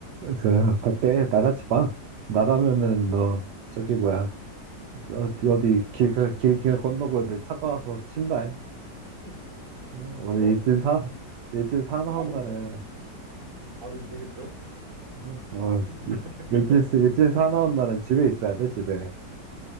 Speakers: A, on the right; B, on the right.
A: 그 밖에 나가지 마. 나가면은 너 저기 뭐야 어디 어디 길가 길가 건너고 있는데 차가 와서 친다. 이.
B: <laughs>
A: 저 오늘
B: 어?
A: 일진 사 일진 사나운
B: 바로,
A: 날은
B: 바, 바로 이 세계 들어?
A: 어, 어,
B: <laughs>
A: 일진 일진 사나운 날은 집에 있어야 돼 집에.